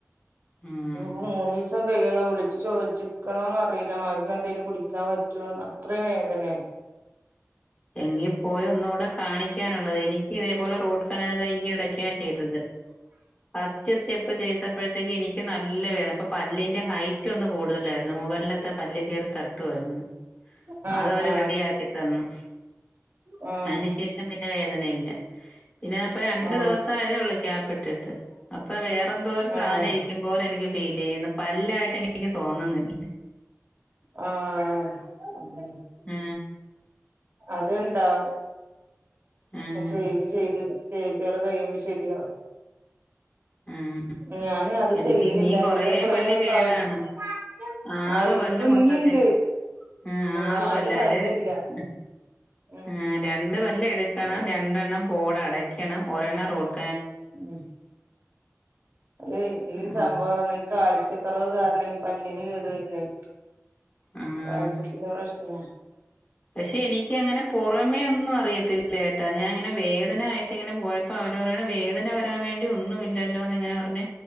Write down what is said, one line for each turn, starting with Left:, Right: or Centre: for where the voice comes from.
Left: ഉം.
Right: ഇപ്പോ മൂന്ന് ദിവസം കഴിയണം. വിളിച്ച് ചോദിച്ചിക്കണോന്ന് അറിയില്ല മരുന്ന് എന്തേങ്കിലും കുടിക്കാൻ പറ്റോന്ന് അത്ര വേദനെ.
Left: എങ്കി പോയി ഒന്നുകൂടെ കാണിക്കാനുള്ളതാ. എനിക്ക് ഇതേപോലെ റൂട്ട് കനാൽ ഈയിടെക്കാണ് ചെയ്തത്. ഫസ്റ്റ് സ്റ്റെപ്പ് ചെയ്തപ്പെഴ്‌ - ക്ക് എനിക്ക് നല്ല വേ, അപ്പൊ പല്ലിന്റെ ഹൈറ്റ് ഒന്ന് കൂടുതലായിരുന്നു. മുകളിലത്തെ പല്ല് കയറി തട്ടുയിരുന്നു.
Right: ആ
Left: അതവര്
Right: ആ
Left: റെഡിയാക്കി തന്നു.
Right: ആ
Left: അതിനു ശേഷം പിന്നെ വേദനയില്ല. പിന്നെപ്പോ രണ്ടു
Right: ആ
Left: ദിവസം ആയതേ ഉള്ളൂ. ഗ്യാപ്പിട്ടിട്ട്. അപ്പൊ വേറെന്തോ ഒരു സാധനയിരി.
Right: ആ ആ
Left: പോലെ എനിക്ക് ഫീൽ യ്യുന്നു. പല്ല ആയിട്ട് എനിക്ക് തോന്നുന്നില്ല.
Right: ആഹ്.
Left: അഹ്.
Right: അത്ണ്ടാവും.
Left: ഉം
Right: ചെയ്ത് ചെയ്ത് ചേയ്ച്ചോളെകഴിയുമ്പോ ശരിയാകും.
Left: ഉം.
Right: ഞാന് അത്
Left: എനിക്ക്
Right: ചെയ്യുണില്ല
Left: ഇനിയും
Right: വിചാരിച്ച് അത് കൊറേ
Left: പല്ല് കേടാണ്
Right: പ്രാവശ്യം
Left: ആറ്
Right: അയ്
Left: പല്ല്
Right: ക്കുഞ്ഞിണ്ട്
Left: മൊത്തത്തിൽ ഉം, ആറ്
Right: വായെല്
Left: പല്ല്
Right: പല്ലില്ല.
Left: അതില്
Right: ഉം
Left: ആഹ് രണ്ട് പല്ല് എടുക്കണം.
Right: അത്
Left: രണ്ടെണ്ണം പോട് അടക്കണം. ഒരെണ്ണം റോട്ട്
Right: ഉം അതെ ഈ
Left: ആഹ്
Right: സംഭവം തന്നെ കാൽസ്യക്കുറവ് കാരണ ഈ പല്ലിന് കേടു വരുന്നേ.
Left: ആഹ്.
Right: കാൽസ്യ ത്തിൻ്റെ പ്രശ്ന.
Left: പക്ഷെ എനിക്ക് അങ്ങനെ പുറമേ ഒന്നും അറിയത്തില്ല കേട്ടാ. ഞാൻ ഇങ്ങനെ വേ ദന ആയിട്ട് ഇങ്ങനെ പോയപ്പോ അവര് പറയണെ വേദന വരാ വേണ്ടി ഒന്നും ഇല്ലല്ലോന്ന് ഇങ്ങനെ പറഞ്ഞ്.